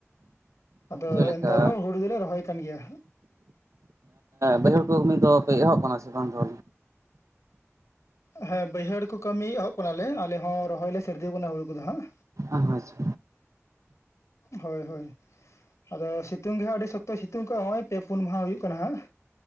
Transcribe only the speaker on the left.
ᱟᱫᱚ
ᱮᱱᱛᱮ ᱨᱮᱦᱚᱸ ᱦᱩᱲᱩ ᱫᱚᱞᱮ ᱨᱚᱦᱚᱭ ᱠᱟᱱ ᱜᱮᱭᱟ
ᱦᱮᱸ ᱵᱟᱹᱭᱦᱟᱹᱲ ᱠᱚ ᱠᱟᱹᱢᱤ ᱮᱦᱚᱵ ᱠᱟᱱᱟᱞᱮ ᱟᱞᱮ ᱦᱚᱸ ᱨᱚᱦᱚᱭ ᱞᱮ ᱥᱟᱨᱫᱤ ᱟᱠᱟᱱᱟ ᱦᱩᱲᱩ ᱠᱚᱫᱚ ᱦᱟᱸᱜ
ᱦᱳᱭ ᱦᱳᱭ ᱟᱫᱚ ᱥᱤᱛᱩᱝ ᱜᱮ ᱦᱟᱸᱜ ᱟᱹᱰᱤ ᱥᱚᱠᱛᱚᱭ ᱥᱤᱛᱩᱝ ᱟᱠᱟᱟᱜᱼᱟ ᱱᱚᱜᱼᱚᱭ ᱯᱮ ᱯᱩᱱ ᱢᱟᱦᱟ ᱦᱩᱭᱩᱜ ᱠᱟᱱᱟ ᱦᱟᱸᱜ